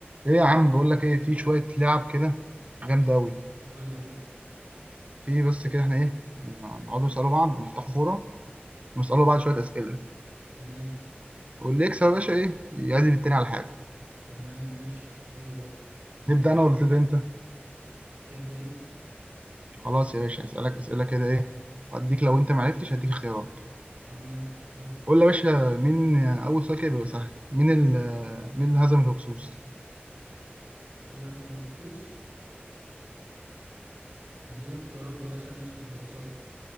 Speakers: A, on the right; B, on the right.
A: ايه يا عم بقول لك ايه في شويه لعب كده جامده قوي
B: قول لي يا حبي
A: في بس كده احنا ايه نقعدوا نسالوا بعض نفتحوا فوره ونسالوا بعض شويه اسئله
B: تمام
A: واللي يكسب يا باشا ايه يعزم التاني على حاجه
B: تمام ماشي حلو ده
A: نبدا انا ولا تبدا انت
B: ابدأ انت
A: خلاص يا باشا اسالك اسئله كده ايه واديك لو انت ما عرفتش هديك اختيارات
B: تمام حلو
A: قول لي يا باشا مين اول سؤال كده بيبقى سهل مين ال مين اللي هزم الهكسوس
B: مين لازم الهكسوس اديني اختيارات ولا عشان أنا ماليش في الدراسات